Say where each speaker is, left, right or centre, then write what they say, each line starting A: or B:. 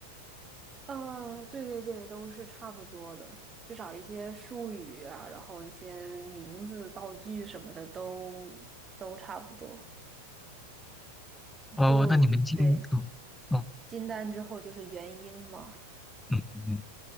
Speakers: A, on the right; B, in the centre.
A: 呃，对对对，都是差不多的，至少一些术语啊，然后一些名字、道具什么的都都差不多。
B: 哦，
A: 就对，
B: 那你们进，哦，哦，
A: 金丹之后就是元婴嘛，
B: 嗯嗯嗯，